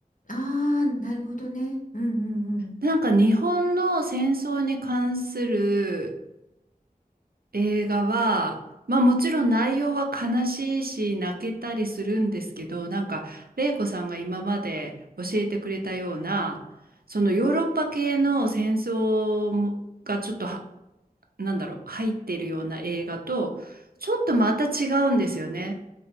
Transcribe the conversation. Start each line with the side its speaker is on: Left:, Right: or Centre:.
Left: ああーなるほどねうんうん
Right: なんか日本の戦争に関する映画は、まあもちろん内容は悲しいし泣けたりするんですけど、なんか玲子さんが今まで教えてくれたような、そのヨーロッパ系の戦争もがちょっとは、なんだろう、入ってるような映画と、ちょっとまた違うんですよね。